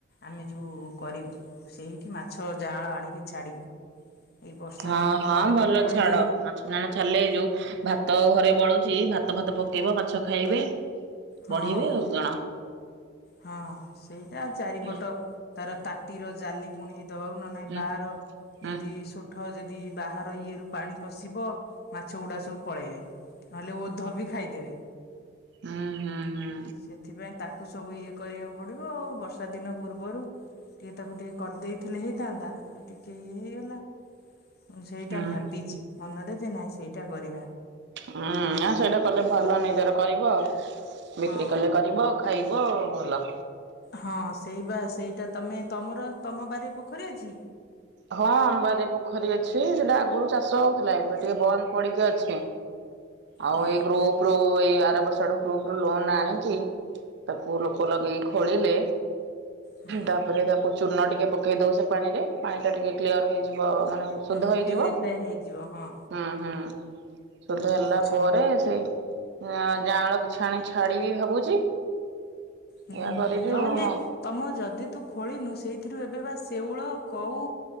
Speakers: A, on the left; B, on the right.
A: ଆମେ ଯଉ। କରିବୁ ସେଇଠି ମାଛ ଜାଅଁଳ ଆଣିକି ଛାଡିବୁ। ଏଇ ବର୍ଷା
B: ହଁ
A: ଦିନ
B: ହଁ
A: ପୂର୍ବରୁ
B: ଭଲ
A: ଖୋଳିଦେଇ
B: ଛାଡ ମାଛ ଜାଣ ଛାଡିଲେ ଏଇ ଯୋଉ ଭାତ ଘ ବଳୁଚି ଭାତ ଫାତ ପକେଇବ ମାଛ ଖାଇବେ
A: ହଁ
B: ବଢିବେ ଆଉ କଣ।
A: ହଁ ସେଇଟା ଚାରିପଟ
B: ହୁଁ
A: ତାର ତାଟିର ଜାଲି ପୁଣି। ଦବାକୁ ନ ନାହିଁ
B: ହୁଁ
A: ବାହାର
B: ହୁଁ
A: ଯଦି ଷୁଠ ଯ ଦି ବାହାର ଇଏ ରୁ ପାଣି ପଶିବ ମାଛ ଗୁଡା ସବୁ ପଳେଇବେ। ନହଲେ ଓଧ ବି ଖାଇଦେବେ।
B: ହୁଁ ହୁଁ। ହୁଁ
A: ସେଥିପାଇଁ ତାକୁ ସବୁ ଇଏ। କରିବାକୁ ପଡିବ ଆଉ ବର୍ଷା ଦିନ ପୂର୍ବରୁ ଟିକେ ତାକୁ ଟିକେ କରିଦେଇଥିଲେ ହେଇଥାନ୍ତା ଆ ଟିକେ। ଇଏ ହେଇଗଲା ମୁଁ ସେଇଟା
B: ହୁଁ।
A: ଭାବିଛି ମନରେ ଯେ ନାଇଁ ସେଇଟା କରିବା।
B: ହୁଁ ଆ ସେଇଟା କଲେ ଭଲ ନିଜର କରିବ
A: ହଁ।
B: ବିକ୍ରି କଲେ କରିବ ଖ ଖାଇବ ଭଲ।
A: ହଁ ସେଇ ବା ସେଇଟା ତମେ ତମର ତମ ବାରି ରେ ପୋଖରୀ ଅଛି?
B: ହଁ ଆମ ବାରିରେ ପୋଖରୀ ଅଛି ସେଟା ଆଗରୁ ଚାଷ ହଉଥିଲା ଏବେ ଟିକେ ବନ୍ଦ ପଡିକି ଅଛି। ଆଉ
A: ହଁ
B: ଏଇ ଗ୍ରୁପ ରୁ ଏଇ ଆ ତା ବର୍ଷ ଆଡୁ ଗ୍ରୁପ ରୁ ଲୋନ ଆଣିକି ତାକୁ ଲୋକ ଲଗେଇକି ଖୋଳିଲେ।
A: ହୁଁ
B: ତାପରେ ତାକୁ ଚୂନ ଟିକେ ପକେଇ ଦଉ ସେ ପାଣି ରେ ପାଣି ଟା ଟିକେ କ୍ଲିୟର ହେଇଯି ବ ମାନେ
A: ହୁଁ
B: ଶୁଦ୍ଧ ହେଇଯିବ
A: ପ୍ୟୁରିଫାଏ ହେଇଯିବ ହଁ।
B: ହୁଁ ହୁଁ। ଶୁଦ୍ଧ ହେଲା
A: ଚୁନ
B: ପରେ ସେଇ। ଆଁ ଯାଅଁଳ କିଛି ଆଣି ଛାଡିବି ଭାବୁଛି।
A: ହୁଁ
B: ଏଇଆ
A: ହୁଁ
B: କରିବି
A: ନହେଲେ
B: ଆଉ
A: ତମ ଯଦି ତୁ ଖୋଳିନୁ ସେଇ ଥିରୁ ଏବେ ବା ଶେଉଳ କଉ।